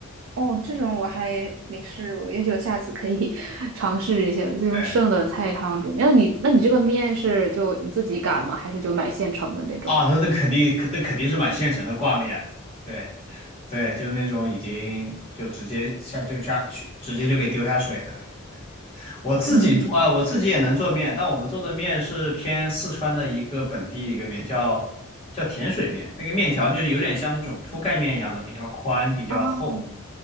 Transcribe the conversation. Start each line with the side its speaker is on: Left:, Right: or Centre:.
Right: 哦，这种我还没试过，也许我下次可以 <laughs> 尝试一下，就用剩的菜汤煮面。
Left: 对，
Right: 那你那你这个面是就你自己擀吗？还是就买现成的那种？
Left: 啊，那那肯定，那肯定是买现成的挂面。对对，就那种已经就直接下就下去，直接就给丢下水的。我自己啊，
Right: 嗯，
Left: 我自己也能做面，但我们做的面是偏四川的一个本地一个面，叫叫甜水面。那个面条就是有点像那种铺盖面一样的，比较宽，比较厚。
Right: 哦，